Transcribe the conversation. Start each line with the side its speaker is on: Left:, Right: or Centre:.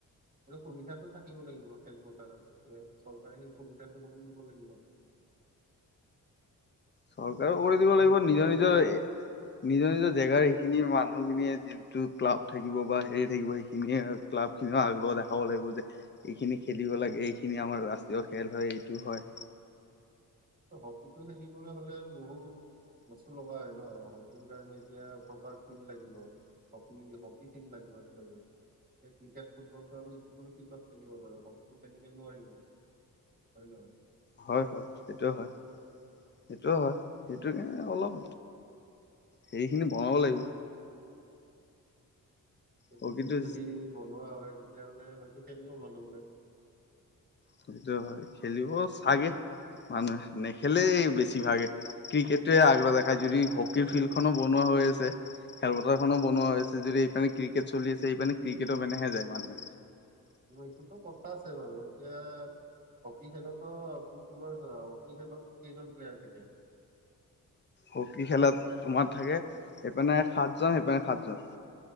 Right: সুবিধাটো থাকিব লাগিব তেেল মটাৰত তেতিয়া চৰকাৰে সেই সুবিধাটো কৰিম দিব লাগিব
Left: চৰকাৰো কৰি
Right: হকী
Left: দিব লাগিব
Right: খেলিবলৈ
Left: নিজৰ নিজৰ
Right: হ'লে
Left: এ নিজৰ নিজৰ জেগাৰ সেইখিনি মানুহখিনিয় যোনটো ক্লাব থাকিব বা হেৰি থাকিব সেইখিনিয়ে ক্লাব খিনিও আগ্ৰহ দেখাব লাগিব যে এইখিনি খেলিব লাগে এইখিনি আমাৰ ৰাষ্ট্ৰীয় খেল হয় এইটো হয়
Right: হকীটো খেলিবলৈ হলে আৰু বহু বস্তু লগা হয় ন হকীৰ কাৰণে এতিয়া প্ৰপাৰ ফিল্ড লাগিব হী হকী ফিল্ড লাগিব খ ক্ৰিকেট ফুটবলটো আমি যিকোনো ফিল্ডত খেলিব পাৰো হকীটো তেনেকে নোৱাৰিব হয়ে নহয়
Left: হয় হয় সেইটোে হয় সেইটোে হয় সেইটোোক অলপ হেৰিখিনি বনাব লাগিব
Right: এইবোৰ
Left: হকীটো
Right: ফিল্ম যদি বনোৱা হয় তেতিয়া মানে হয়তো খেলিব মানুহবোৰে
Left: সেইটো হয় খেলিব চাগে মানুহে নেখেলেই বেছি ভাগে ক্ৰিকেটে আগ্ৰহ দেখা যদি হকীৰ ফিল্ডখননো বনোৱা হৈ আছে খেল ো বনোৱা
Right: অ
Left: হৈছে যদি এইে একেচল্িছ সেইানি ক্ৰিকেৰ মেহে যায় মানুে
Right: মকিতো কথা আছে বাৰু এতিয়া হকী খেলতো তোমাৰ হকী খেলত কেইজন প্লেয়াৰ থাকে
Left: হকী খেলাত তোমাৰ থাকে সেইপিনে সাতজন সেইপিনে সাতজন